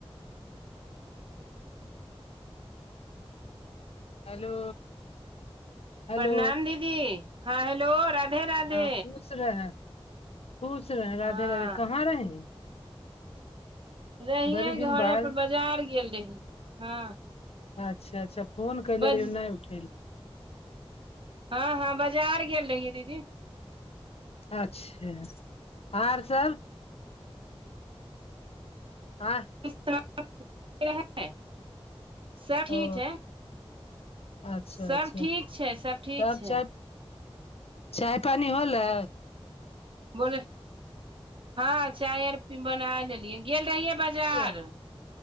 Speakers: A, on the right (about 60°); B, on the left (about 75°).
A: <inaudible>
B: Hello. Hello
A: प्रणाम दीदी। हँ हेलो। राधे
B: हँ खुश रहे, खुश रहें, राधे
A: हँ
B: राधे कहाँ रहे?
A: रहियै
B: बड़ी दिन
A: घरे
B: बाद
A: पर, बाजार गेल रही, हँ।
B: अच्छा अच्छा, फोन कैले
A: बज
B: रहि नहि उठेलखिन।
A: हँ हँ बजार गेल रहियै दीदी।
B: अच्छा, आर सब आ <inaudible>
A: ै <unintelligible> सब ठीक
B: ओ
A: है
B: अच्छा
A: सब
B: अच्छा
A: ठीक छै सब ठीक
B: तब
A: छै
B: च चाय पानि होलै।
A: बोले, हाँ चाय आर बना लेलियै, गेल रहियै बाजार
B: एह